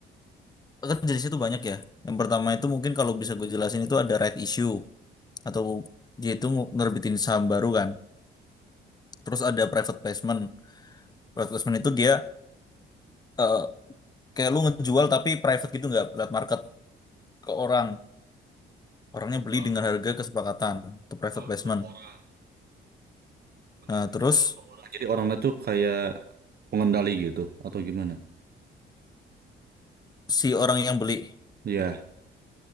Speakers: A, on the left; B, on the right.
A: kan jenisnya tuh banyak ya. Yang pertama itu mungkin kalau bisa gue jelasin itu ada right issue atau dia itu nge- ngerbitin saham baru kan. Terus ada private placement. Private placement itu dia eh, kayak lu ngejual tapi private gitu nggak lewat market ke orang. Orangnya beli
B: Jual,
A: dengan harga kesepakatan. Itu private
B: jual
A: placement.
B: ke orang. benar
A: Nah,
B: menjual
A: terus
B: ke orang Jadi orangnya tuh kayak pengendali gitu atau gimana?
A: si orang yang beli
B: Ya.